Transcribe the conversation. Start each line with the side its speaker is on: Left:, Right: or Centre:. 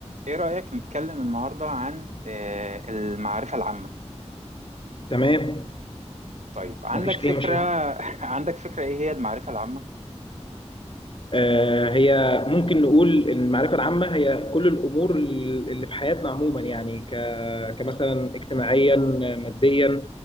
Right: إيه رأيك نتكلم النهاردة عن آه، المعرفة العامة؟
Left: تمام
Right: طيب عندك
Left: مفيش
Right: فكرة
Left: اي مشاكل
Right: <laughs> عندك فكرة إيه هي المعرفة العامة؟
Left: آه هي ممكن نقول ان المعرفه العامه هي كل الامور اللي في حياتنا عموما يعني ك كمثلا اجتماعيا ماديا